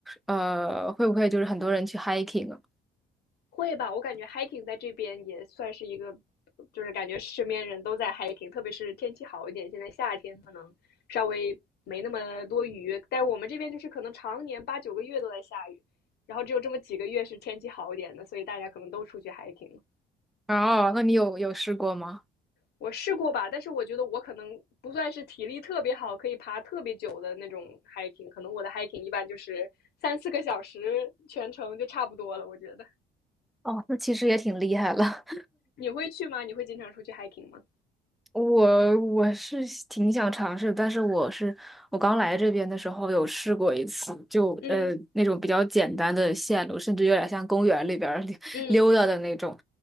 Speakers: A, in the centre; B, on the left.
A: 呃，会不会就是很多人去 hiking 啊？
B: 会吧，我感觉 hiking 在这边也算是一个，就是感觉身边人都在 hiking，特别是天气好一点，现在夏天可能稍微没那么多雨，但是我们这边就是可能常年八九个月都在下雨，然后只有这么几个月是天气好一点的，所以大家可能都出去 hiking
A: 哦，那你有有试过吗？
B: 我试过吧，但是我觉得我可能不算是体力特别好，可以爬特别久的那种 hiking，可能我的 hiking 一般就是三四个小时全程就差不多了。我觉得
A: 哦，那其实也挺厉害了。
B: 你会去吗？你会经常出去 hiking 吗？
A: 我我是挺想尝试，但是我是我刚来这边的时候有试过一次，就呃那种比较简单的线路，
B: 嗯
A: 甚至有点像公园里边儿溜
B: 嗯，
A: <laughs> 溜达的那种，